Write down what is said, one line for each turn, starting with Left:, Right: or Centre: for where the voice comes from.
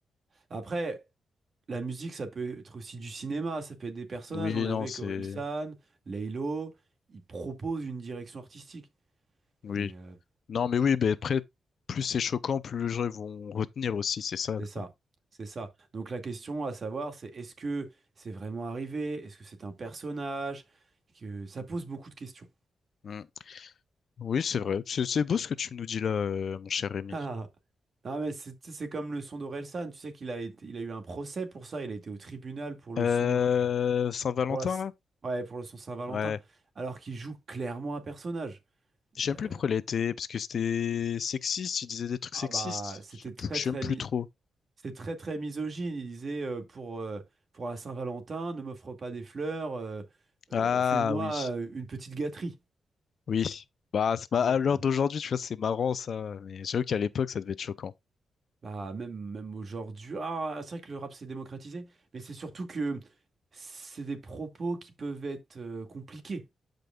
Right: Après, la musique, ça peut être aussi du cinéma, ça peut être des personnages,
Left: Oui,
Right: on l'a
Left: non,
Right: vu avec
Left: c'est...
Right: Orelsan, Laylo, ils proposent une direction artistique.
Left: Oui.
Right: Et euh,
Left: Non, mais oui, ben après, plus c'est choquant, plus les gens vont retenir aussi, c'est ça,
Right: C'est ça,
Left: quoi.
Right: c'est ça. Donc la question à savoir, c'est est-ce que c'est vraiment arrivé? Est-ce que c'est un personnage? Que ça pose beaucoup de questions.
Left: Mm. Oui, c'est vrai. C'est c'est beau ce que tu nous dis là, euh, mon cher Rémi.
Right: <laughs> Ah, non, mais c'est tu sais, c'est comme le son d'Orelsan. Tu sais qu'il a été, il a eu un procès pour ça. Il a été au tribunal pour le
Left: Euh,
Right: son, euh,
Left: Saint-Valentin,
Right: pour la, s-
Left: là?
Right: ouais, pour le son Saint-Valentin,
Left: Ouais.
Right: alors qu'il joue clairement un personnage.
Left: J'aime
Right: Euh,
Left: plus pourquoi il a été, parce que c'était sexiste, il disait des trucs
Right: ah
Left: sexistes.
Right: bah, c'était
Left: J'aime
Right: très
Left: plus, j'aime
Right: très
Left: plus
Right: mi-
Left: trop.
Right: c'est très très misogyne. Il disait euh, pour euh, pour la Saint-Valentin, ne m'offre pas des fleurs, euh, euh,
Left: Ah
Right: fais-moi
Left: oui.
Right: euh, une petite gâterie.
Left: Oui, bah c'est ma-
Right: Et
Left: à l'heure
Right: euh,
Left: d'aujourd'hui, tu vois, c'est marrant ça, mais j'avoue qu'à l'époque, ça devait être choquant.
Right: bah même même aujourd'hui, ah c'est vrai que le rap s'est démocratisé, mais c'est surtout que c'est des propos qui peuvent être euh, compliqués